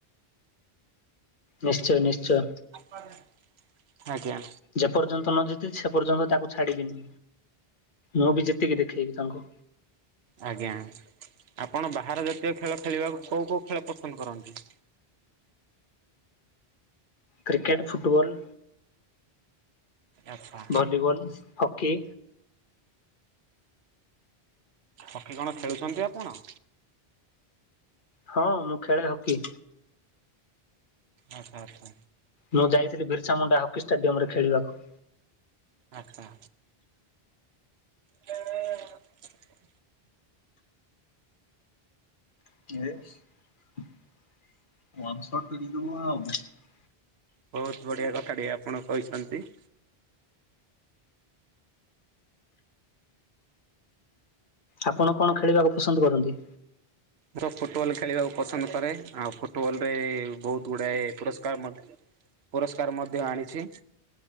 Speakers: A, on the left; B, on the right.
A: ନିଶ୍ଚୟ ନିଶ୍ଚୟ।
B: <unintelligible> ଆଜ୍ଞା।
A: ଯେ ପର୍ଯ୍ୟନ୍ତ ନ ଜିତିଚି ସେ ପର୍ଯ୍ୟନ୍ତ ତାକୁ ଛାଡିବିନି। ମୁଁ ବି ଜିତିକି ଦେଖେଇବି ତାଙ୍କୁ।
B: ଆଜ୍ଞା ଆପଣ ବାହାର ଜାତୀୟ ଖେଳ ଖେଳିବାକୁ କୋଉ କୋଉ ଖେଳ ପସନ୍ଦ କରନ୍ତି?
A: କ୍ରିକେଟ୍, ଫୁଟବଲ
B: ଆଚ୍ଛା
A: ଭଲିବଲ, ହକି
B: ହକି କଣ ଖେଳୁଚନ୍ତି ଆପଣ?
A: ହଁ ମୁଁ ଖେଳେ ହକି।
B: ଆଚ୍ଛା ଆଚ୍ଛା
A: ମୁଁ ଯାଇଥିଲି ବିର୍ସାମୁଣ୍ଡା ହକି ଷ୍ଟାଡିୟମରେ ଖେଳିବାକୁ।
B: ଆଚ୍ଛା। <unintelligible>
A: <unintelligible>
B: ବୋହୁତ ବଢିଆ କଥା ଟିକ ଆପଣ କହିଚନ୍ତି।
A: ଆପଣ କଣ ଖେଳିବାକୁ ପସନ୍ଦ କରନ୍ତି?
B: ମୁଁ ତ ଫୁଟବଲ ଖେଳିବାକୁ ପସନ୍ଦ କରେ ଆଉ ଫୁ ଟ ବଲ ରେ ବୋହୁତ ଗୁଡାଏ ପୁରସ୍କାର ମଧ୍ୟ ପୁରସ୍କାର ମଧ୍ୟ ଆଣିଚି।